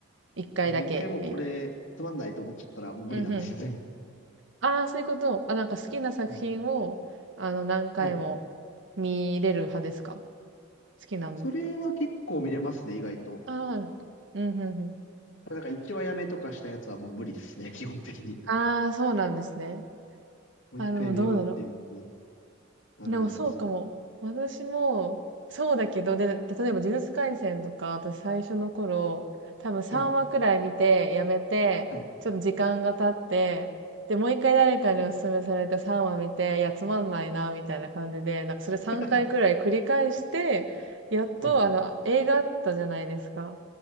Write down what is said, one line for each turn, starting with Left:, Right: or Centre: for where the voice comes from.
Right: 1回だけ見る。
Left: でも一回もうこれつまんないと思っちゃったらもう無理なんですよね。
Right: うんうん。ああ、そういうこと。あ、なんか好きな作品を、
Left: はい。
Right: あの、何回も見れる派ですか
Left: はい。
Right: 好きなんだ。
Left: それは結構見れますね、意外と。
Right: ああ、なるほど。うんうんうん。
Left: なんか一話やめとかしたやつはもう無理ですね、基本的に。
Right: ああ、そうなんですね。
Left: もう一回見ようっていう気に。
Right: あ、でもどうだろう。
Left: ならないんですよね。
Right: でもそうかも。私も、そうだけど、で、例えば呪術廻戦とか、私最初の頃、多分3話くらい見て、
Left: はい。
Right: やめて、
Left: はい。
Right: ちょっと時間が経って、で、もう一回誰かにお勧めされて3話見て、いや、つまんないな、みたいな感じで、なんかそれ3回くらい繰り返して、
Left: <laughs>
Right: やっと、
Left: はい。
Right: あの、映画あったじゃないですか。